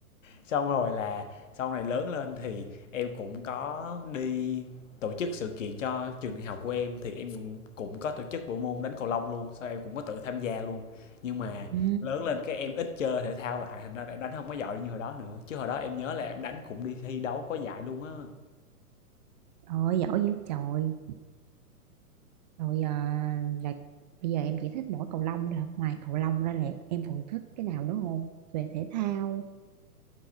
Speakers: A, on the left (about 55°); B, on the right (about 30°).
A: xong rồi là sau này lớn lên thì em cũng có đi tổ chức sự kiện cho trường đại học của em thì em cũng- có tổ chức bộ môn đánh cầu lông luôn sau em cũng có tự tham gia luôn nhưng mà
B: Ừ.
A: lớn lên cái em ít chơi thể thao lại thành ra em đánh không có giỏi như hồi đó nữa chứ hồi đó em nhớ là em đánh cũng đi thi đấu có giải luôn á
B: Ôi giỏi dữ trời rồi à, là bây giờ em chỉ thích mỗi cầu lông thôi ngoài cầu lông ra là em còn thích cái nào nữa không về thể thao